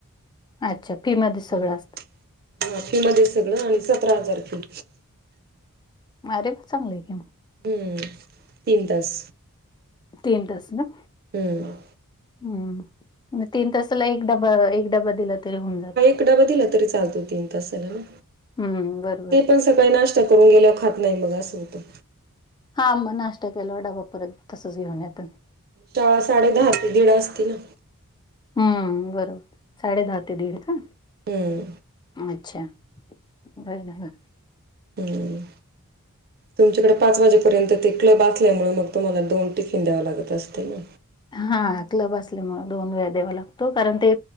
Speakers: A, on the left; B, on the right.
A: अच्छा फी मध्ये सगळं
B: हं
A: असतं
B: हा फी मध्ये सगळं आणि सतरा हजार फी
A: अरे प चांगली आहे क
B: हं तीन तास
A: तीन तास ना
B: हम्म
A: हम्म तीन तासाला एक डबा एक डबा दिला तरी होऊन जात
B: तकडा बधला तरी चालतो तीन तास झाला ना
A: हम्म बरोबर
B: ते पण सकाळी नाष्टत करून गेल्या खात नाही मग असं होतं
A: हां मग नाश्ता केला डाबा परत तसच घेऊन याेत
B: चळा साडे दहा ते दीडा असतील ना
A: हम्म बरोबर साडे दहा ते दीड हा
B: हं
A: अच्छा बयन
B: हम् तुमच्याकडे पाच वाजेपर्यंत ते क्लब असल्यामुळे मग तुम्हाला दोन टिफिन द्याव लागत असते ना
A: हा क्लब असल्यामु दोन वेळा द्यावा लागतो कारण ते